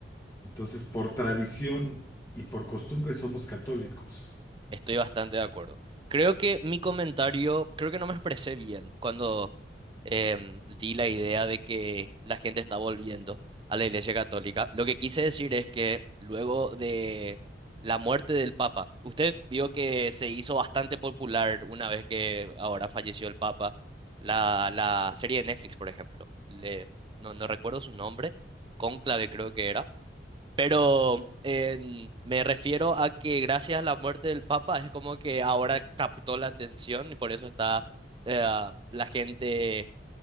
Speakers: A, on the left; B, on the right.
A: Entonces, por tradición y por costumbre somos católicos.
B: Estoy bastante de acuerdo. Creo que mi comentario, creo que no me expresé bien cuando em, di la idea de que la gente está volviendo a la Iglesia Católica. Lo que quise decir es que luego de la muerte del Papa, usted vio que se hizo bastante popular una vez que ahora falleció el Papa, la, la serie de Netflix, por ejemplo. Le- no, no recuerdo su nombre, Cónclave creo que era pero en- me refiero a que gracias a la muerte del Papa es como que ahora captó la atención y por eso está eh, la gente,